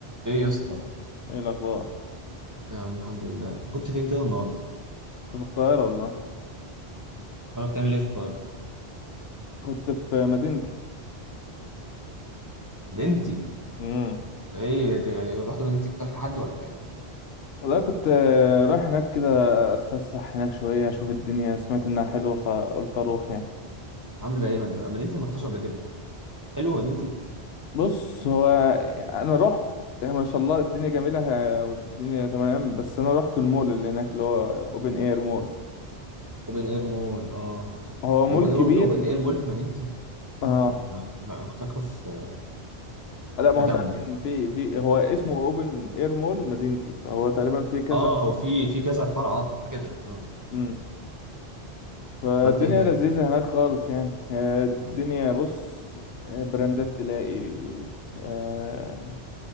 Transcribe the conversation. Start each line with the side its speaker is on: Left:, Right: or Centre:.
Right: ايه يا اسطى
Left: ايه الاخبار
Right: يا عم الحمد لله انت كنت فين كده النهارده
Left: كنت في القاهره والله
Right: ولا بتعمل ايه في القاهره
Left: كنت في مدينتي
Right: مدينتي
Left: امم
Right: ايه ت- رحت مدينتي كنت رايح لحد ولا ايه
Left: لا كنت آه، رايح هناك كده اتفسح هناك شويه اشوف الدنيا سمعت انها حلوه فقلت اروح يعني
Right: عامله ايه مد- مدينتي ما رحتهاش قبل كده حلو مدينتي
Left: بص هو انا رحت يعني ما شاء الله الدنيا جميله ه- والدنيا تمام بس انا رحت المول اللي هناك اللي هو اوبن اير مول
Right: اوبن اير مول اه
Left: هو مول
Right: اوبن
Left: كبير
Right: اير اوبن اير مول في مدينتي
Left: اه
Right: ما هو في أنا كنت أنا كنت فاكره في
Left: لا ما
Right: تجمع
Left: هو تقريبا في في هو اسمه اوبن اير مول مدينتي فهو تقريبا في كذا
Right: اه
Left: كل
Right: هو في في كذا فرع اه كده اه
Left: امم فالدنيا
Right: عملت ايه هناك
Left: لذيذة هناك خالص يعني آه، الدنيا بص آه، براندات تلاقي آه،